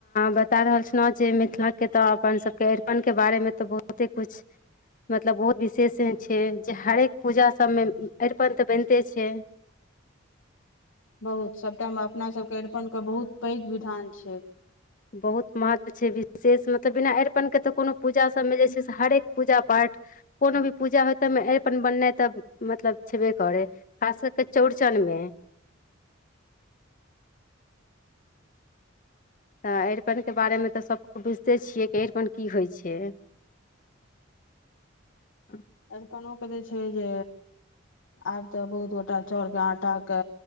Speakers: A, on the left (about 40°); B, on the left (about 70°).
A: बता रहल छलहुँ जे मिथिला के तऽ अपन सबके अरिपन के बारे मे तऽ बहुते कुछ मतलब बहुत विशेष छै जे हरेक पूजा सभमे अरिपन तऽ बनिते छै
B: बहुत सभटामे अपनासभके अरिपनके बहुत पैघ विधान छै
A: बहुत महत्व छै विशेष मतलब बिना अरिपनके तऽ कोनो पूजा सबमे जे छै से हरेक पूजा पाठ कोनो भी पूजा हो बन तऽ मतलब छेबे करै खास कर चौर जनमे तऽ अरिपनके बारेमे तऽ सभक बुझिते छियै कि अरिपन की होइ छै <inaudible>
B: अरिप ओ क छै जे आब तऽ बहुत गोटा चाउरके आटा के